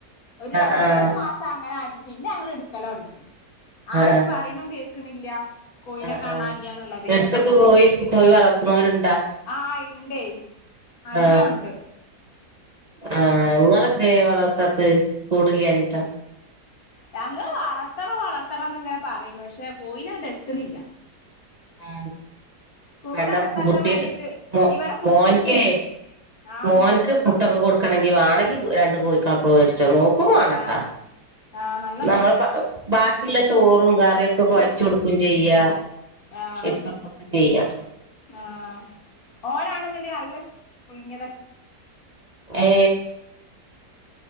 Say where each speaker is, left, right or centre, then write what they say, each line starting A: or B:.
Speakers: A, on the left; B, on the right.
A: ഒര്
B: ആഹ്
A: രണ്ട്
B: ആഹ്
A: മൂന്ന് മാസങ്ങനെ- പിന്നെ ഞങ്ങൾ ഇടക്കലോടങ്ങി ആര്
B: ആഹ്
A: പറയ്‌നും കെക്കുന്നില്ല- കോയിനെ
B: ആഹ്
A: കാണാല്ല്യ
B: ആഹ്
A: ന്നില്ലത്
B: എടുത്തൊക്കെ കോഴി കോഴി വളർത്തുന്നവരുണ്ടാ
A: ആ ഇണ്ടേ. നല്ലോണ്ട്
B: ആ ആ ഇങ്ങളെന്ത വളർ- ത്തത് കൂടില്ലാഞ്ഞിട്ടോ?
A: ഞങ്ങള്ൾ വളർത്തണം വളർത്തണംന്ന് ഇങ്ങനെ പറയണ്ട് പക്ഷെ പോയിട്ടങ്ങട്ടെത്തുനില്ല.
B: ആ
A: കൂടൊക്കെ
B: പെണ്ട
A: ഉണ്ടാക്കാൻ
B: കട്ട
A: വേണ്ടീട്ട്
B: മോ
A: ഇവിടെ കുട്ടിക്കേ
B: മോനക്കേ <unintelligible>
A: ആന്ന്
B: മോന്ക്ക് പേസ്സൊക്കെ കൊടുക്കാണെങ്കി വാണെങ്കി രണ്ട് കോയി- അപ്പൊ വേടിച്ചോ നോക്കും വാണംട്ടോ.
A: ആഹ് ആഹ് നല്ല
B: നമ്മള
A: നോക്കണം
B: ബാക്കിയുള്ള ചോറും കറിയൊക്കെ കുഴച്ച കൊടുക്കും ചെയ്യാ.
A: ആഹ്
B: വെച്ചൊടുക്കൊക്കെ ചെയ്യാ
A: ആഹ് ഓനാണ് ന്ന് ണ്ടെങ്കിൽ അൽ- പുഴുങ്ങിയതാ.
B: ഏ..